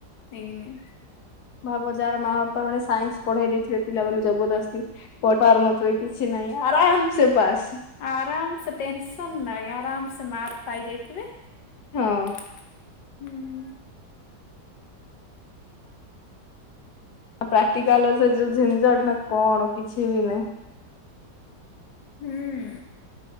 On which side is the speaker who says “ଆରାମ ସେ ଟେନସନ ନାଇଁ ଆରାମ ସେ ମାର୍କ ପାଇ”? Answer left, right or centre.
Left